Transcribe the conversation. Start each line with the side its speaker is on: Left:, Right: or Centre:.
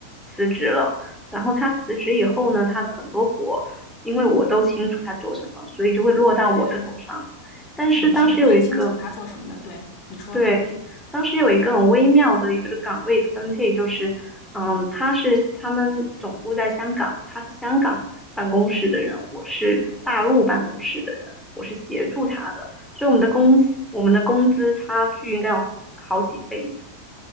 Centre: 辞职了，然后他辞职以后呢，他的很多活，因为我都清楚他做什么，所以就会落到我的头上。
Left: 对对对，
Centre: 但是当时有一个
Left: 你是最清楚他做什么的，对，你说。
Centre: 对，当时有一个很微妙的一个岗位的分配，就是，嗯，他是他们总部在香港，他是香港办公室的人，我是大陆办公室的人，我是协助他的，所以我们的工资，我们的工资差距应该有好几倍。